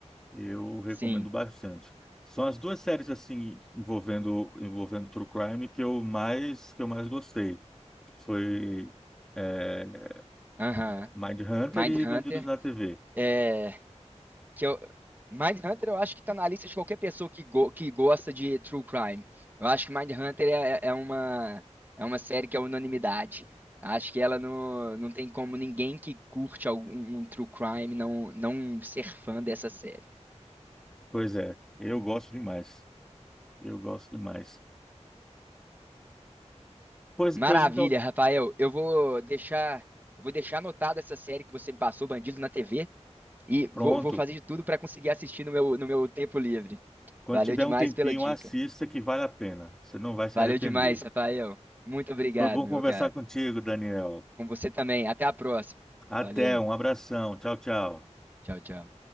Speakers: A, in the centre; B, on the right.
A: eu recomendo
B: Sim.
A: bastante. São as duas séries, assim, envolvendo, envolvendo True Crime que eu mais, que eu mais gostei. Foi. é,
B: Aham.
A: Mindhunter
B: Mindhunter.
A: e Bandidos na TV.
B: É. Que eu... Mindhunter eu acho que tá na lista de qualquer pessoa que, go- que gosta de true crime. Eu acho que Mindhunter é, é é uma, é uma série que é unanimidade. Acho que ela não, não tem como ninguém que curte algum um true crime não, não ser fã dessa série.
A: Pois é, eu gosto demais. Eu gosto demais. Pois,
B: Maravilha,
A: pois então,
B: Rafael. Eu vou deixar, eu vou deixar anotado essa série que você me passou, Bandidos na TV, e
A: pronto.
B: vou, vou fazer de tudo para conseguir assistir no meu, no meu tempo livre.
A: Quando
B: Valeu
A: tiver
B: demais
A: um tempinho,
B: pela dica.
A: assista que vale a pena. Você não vai se
B: Valeu
A: arrepender.
B: demais, Rafael. Muito obrigado,
A: Foi bom
B: meu
A: conversar
B: cara.
A: contigo, Daniel.
B: Com você também. Até a próxima.
A: Até,
B: Valeu.
A: um abração. Tchau, tchau.
B: Tchau, tchau.